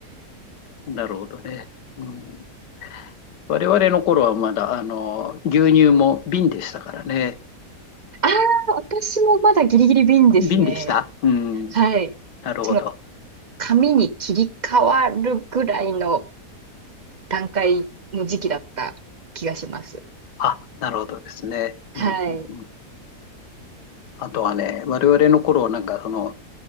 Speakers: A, on the left; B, on the right.
A: なるほどね。うん、我々の頃はまだ、あの、牛乳も瓶でしたからね。
B: ああ、私もまだギリギリ瓶ですね。
A: 瓶でしたうん。
B: はい。
A: なるほど。
B: その、紙に切り替わるぐらいの段階の時期だった気がします。
A: あ、なるほどですね。
B: はい。
A: うん、うん、うん。あとはね、我々の頃はなんか、その、